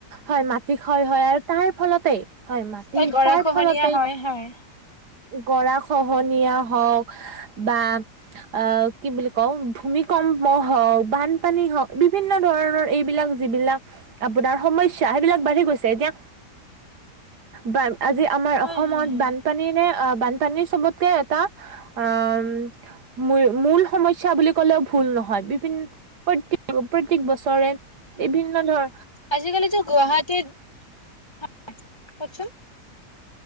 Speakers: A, on the right (about 70°); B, on the left (about 15°).
A: হয়, মাটি ক্ষয় হয় আৰু তাৰ ফলতেই হয় মাটি
B: এই গৰাখহনীয়া
A: তাৰ ফলতেই
B: হয় হয়।
A: গৰা খহনীয়া হওক, বা অ', কি বুলি কওঁ ভূমিকম্প হওঁক, বানপানী হওঁক, বিভিন্ন ধৰণৰ এইবিলাক যিবিলাক আপোনাৰ সমস্যা সেইবিলাক বাঢ়ি গৈছে এতিয়া, বা আজি আমাৰ
B: হয়
A: অসমত
B: হয় হয়।
A: বানপানী নে, বানপানীৰ চবতকে এটা উম, মূ-মূল সমস্যা বুলি ক'লেও ভুল নহয়। বিভি প্ৰতে প্ৰত্যেক বছৰে বিভিন্ন ধৰ
B: আজিকালি যে গুৱাহাটীৰ <unintelligible> কওঁকচোন।